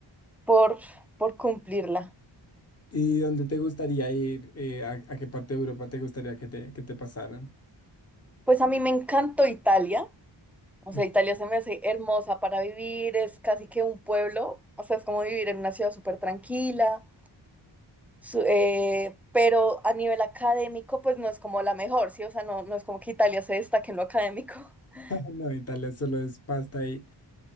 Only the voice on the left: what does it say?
¿Y dónde te gustaría ir? Eh, a, a qué parte de Europa te gustaría que te, que te pasaran?
<laughs>
No, Italia solo es pasta y,